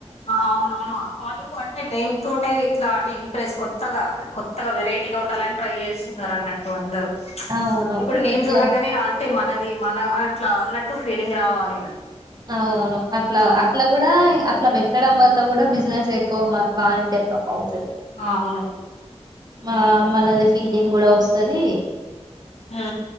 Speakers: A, on the left; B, on the right.
A: ఆ అవునవును వాళ్లు అంటే నేమ్ తోటే ఇట్లా అని ప్రేస్ కొత్తగా, కొత్తగా వెరైటీగా ఉండాలని ట్రై చేస్తున్నారు అన్నట్టు అందరు.
B: అవును
A: ఇప్పుడు నేం
B: ఇట్లా
A: చూడంగానే అంటే మన అది మనం అట్లా అన్నట్టు ఫీలింగ్ రావాలి.
B: అవును అట్లా
A: ఆ
B: అట్లా కూడా అట్లా పెట్టడం వల్ల కూడా బిజ బిజినెస్ ఎక్కువ బాగానే డవలప్ అవుతది.
A: ఆ అవును
B: మా మనది ఫీలింగ్ కూడా వస్తుది.
A: ఆ